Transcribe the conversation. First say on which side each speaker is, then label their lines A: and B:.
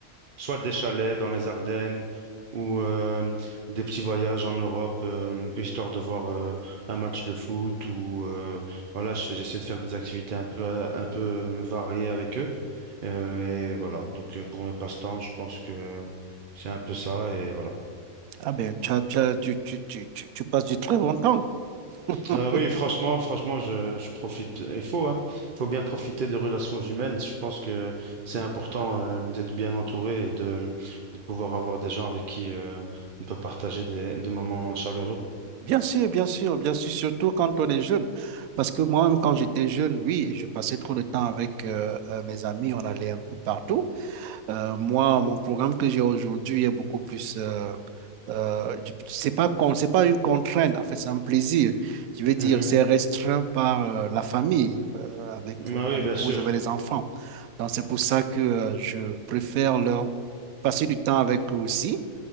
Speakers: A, on the right (about 50°); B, on the right (about 80°).
A: soit des chalets dans les Ardennes ou euh, des petits voyages en Europe, euh, histoire de voir euh, un match de foot ou euh, voilà, je fais- j'essaie de faire des activités un peu un peu variées avec eux. Euh, et voilà, donc euh, pour mes passe-temps, je pense que c'est un peu ça et voilà.
B: Ah ben, tu, as- tu as- tu, tu, tu, tu tu passes du très bon temps. <laughs>
A: Euh, oui, franchement, franchement, je, je profite. Il faut, hein. Il faut bien profiter des relations humaines. Je pense que c'est important euh, d'être bien entouré et de, de pouvoir avoir des gens avec qui euh, on peut partager des, des moments chaleureux.
B: Bien sûr, bien sûr, bien sûr, surtout quand on est jeune. Parce que moi-même, quand j'étais jeune, oui, je passais trop de temps avec euh, euh, mes amis, on allait un peu partout. Euh, moi, mon programme que j'ai aujourd'hui est beaucoup plus... euh, euh, je- c'est pas, con- c'est pas une contrainte, en fait, c'est un plaisir. Je veux
A: Mhm.
B: dire, c'est restreint par euh, la famille, euh, avec euh,
A: Ah
B: mon
A: oui, bien
B: épouse,
A: sûr.
B: avec les enfants. Donc, c'est pour ça que euh, je préfère leur passer du temps avec eux aussi